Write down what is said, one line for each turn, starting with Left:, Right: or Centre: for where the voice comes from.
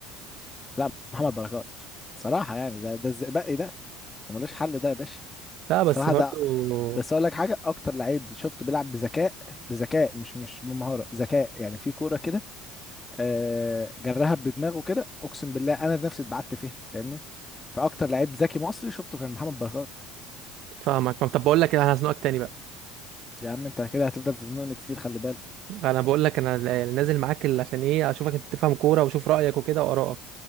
Left: لا محمد بركات صراحة يعني ده ده الزئبقي ده ده ملوش حل ده يا باشا
Right: لا بس
Left: الصراحه
Right: برضو
Left: ده بس اقول لك حاجه اكتر لعيب شفته بيلعب بذكاء بذكاء مش مش بمهاره ذكاء يعني في كوره كده آه، جرها بدماغه كده اقسم بالله انا نفسي اتبعت فيها فاهمني فاكتر لعيب ذكي مصري شفته كان محمد بركات
Right: فاهمك طب بقول لك إيه، انا هزنقك تاني بقى
Left: يا عم انت كده هتفضل تزنقني كتير خلي بالك
Right: انا بقول لك انا نازل معاك ال- عشان ايه اشوفك انت بتفهم كوره واشوف رايك وكده وارائك